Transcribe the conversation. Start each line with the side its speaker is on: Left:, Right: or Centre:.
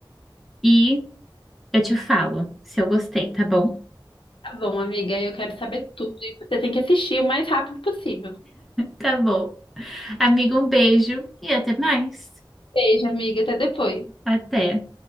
Centre: E eu te falo se eu gostei, tá bom?
Left: Tá bom, amiga, eu quero saber tudo e você tem que assistir o mais rápido possível.
Centre: Tá bom. Amiga, um beijo e até mais.
Left: Beijo, amiga, até depois.
Centre: Até.